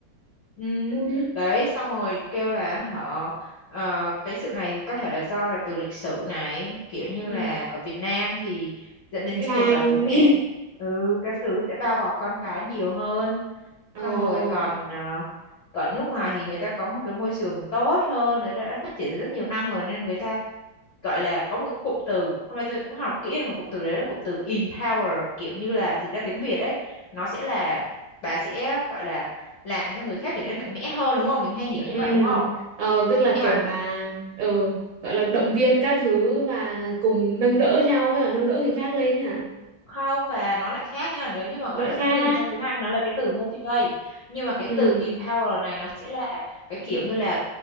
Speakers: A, on the left (about 65°); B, on the right (about 60°).
A: Ừ,
B: Ui.
A: đấy xong rồi kêu là họ ờ, cái sự này có thể là do là từ lịch sử này kiểu như
B: Ừ,
A: là ở Việt Nam thì dẫn đến
B: chiến
A: cái
B: tranh.
A: việc là bố mẹ ừ các thứ sẽ bao bọc con cái nhiều hơn
B: <laughs>
A: xong rồi còn ờ, còn nước ngoài thì người ta có một cái môi trường tốt hơn người ta đã phát triển từ rất nhiều năm rồi nên người ta gọi là có một cái cụm từ hôm nay tôi cũng học kỹ được một cụm từ đấy là cụm từ empower kiểu như là dịch ra tiếng Việt ấy nó sẽ là bà sẽ gọi là làm cho người khác trở
B: Ồ.
A: nên mạnh mẽ hơn đúng không mình hay hiểu
B: Ừ,
A: như vậy đúng không
B: ờ, tức là
A: nhưng
B: kiểu
A: mà
B: bà ừ, gọi là động viên các thứ và cùng nâng đỡ nhau hay là nâng đỡ người khác lên ấy hả?
A: không bà nó lại khác nha nếu như mà gọi
B: Nó lại
A: động
B: khác
A: viên
B: á.
A: thì trong tiếng Anh nó là cái từ motivate nhưng mà cái
B: Ừ,
A: từ empower này nó sẽ là cái kiểu như là